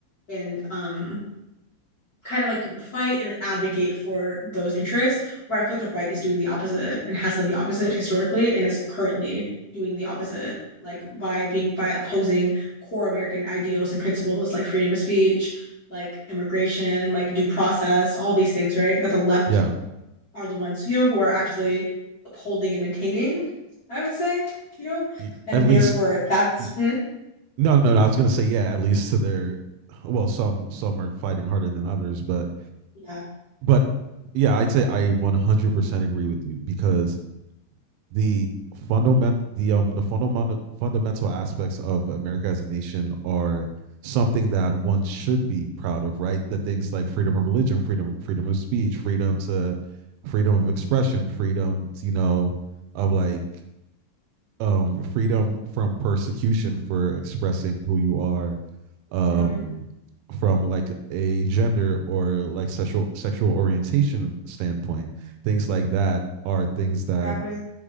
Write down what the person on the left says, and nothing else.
and um kind of like fight and advocate for those interests, where I feel like the right is doing the opposite and has done the opposite historically and is currently doing the opposite, like by being by opposing core American ideals and principles like freedom of speech, like immigration, like due process, all these things, right? That the left
are the ones, you know, who are actually upholding and maintaining, I would say, you know,
and
therefore that's
mm,
yeah,
mm,
exactly,